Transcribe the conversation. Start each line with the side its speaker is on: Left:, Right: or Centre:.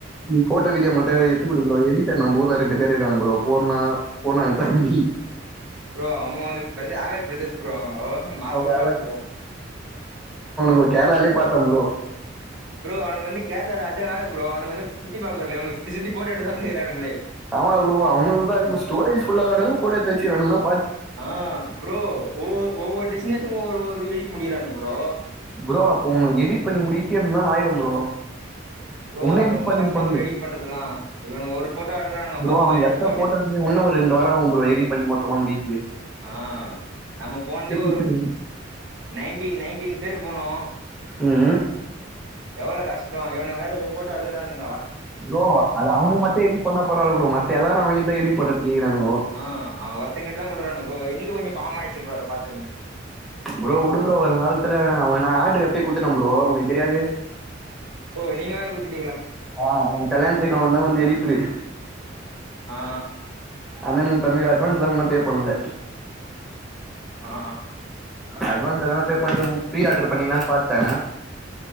Centre: நீ போட்ட வீடியோ மட்டு எத்துக் குடு ப்ரோ எடிடர் நம் ஊர்ல ரெண்டு பேரு இருக்காங்க ப்ரோ போனா போனாங்க தம்பி
Right: ப்ரோ அவங்க வந்து <unintelligible> மாசு
Centre: அவன்
Right: பண்னுவாங்க ப்ரோ
Centre: போய் கேரளாலே பாத்தம் ப்ரோ
Right: ப்ரோ அவனுங்க வந்து கேரளால அதம்ல ப்ரோ அவனுங்க வந்து சுத்தி பாகல அவக்கு சுத்தி சுத்தி போட்டோ எட்டுதா வந்துக்கானுங்களே
Centre: ஆமா ப்ரோ அவனுங்கா இப்ப ஸ்டோரேஜ் ஃபுல்லாகுறளவுக் போட்டோ எடுத்து வச்சுருக்குரானுங்கன்னா
Right: ஆ ப்ரோ ஒவ்வொ ஒவ்வொரு டெஸ்டினேஷன ஒருஒரு எடிக்க முடியிறானு ப்ரோ
Centre: ப்ரோ அப்போ உனக் எடிட் பண்ணி முடிச்சுகே எப்டினாலு ஆயிடும் ப்ரோ
Right: ப்ரோ
Centre: இன்னும்
Right: அது
Centre: எடிட்
Right: ரொம்பகஷ்டம்
Centre: பண்ணி பண்ணுங்க
Right: ப்ரோ எடிட் பண்றதுலா இவனுங்க ஒரு ஃபோட்டோ எடக்குறானுங்க
Centre: ப்ரோ
Right: பத்து
Centre: அவன்
Right: பதினஞ்சு
Centre: எத்த
Right: போட்டு
Centre: போட்டோக்கு இன்னும் ஒரு ரெண்டு வார ஆகும் ப்ரோ எடிட் பண்ணி மொத்தமா முடிக்க
Right: ஆ நம்ம போனதோ
Centre: வச்சிருவாங்க
Right: நைன்டீன் நைன்டீன் பேரு போனோ
Centre: ம் ம்
Right: எவ்வளோ கஷ்ட இவனுங்க வேற ஒரு ஃபோட்டா எடுக்றானங்க
Centre: ப்ரோ அது அவனுக்கு மட்டும் எடிட் பண்ணா பரவால்ல ப்ரோ மத்த எல்லாரு அவனுதா எடிட் பண்ணதுக்க கேக்குறானுங்கோ
Right: ஆ அ ஒருத்தங்கிட்ட தா குடுக்றானு ப்ரோ இன்னைக்கு கொஞ்ச பாவமாச்சி ப்ரோ அத பாத்து
Centre: ப்ரோ விடு பரோ வரு காலத்துல அவ நா ஆர்டர் எப்பயே குத்துட்டே ப்ரோ உனக்கு தெரியாது
Right: ஓ நீங்க வேர குடுத்
Centre: ஆ நா கல்யாணத்துக்கு அவந்த வந்து எடிடரு
Right: ஆ
Centre: அண்ணனுங்க தம்பியு அட்வான்ஸ்லா ஒன்னு பே பண்ணல
Right: ஆ
Centre: அட்வான்ஸ் எதானு பே பண்ண ஃப்ரீ ஆர்டர் பண்ணீங்கலானு பாத்தே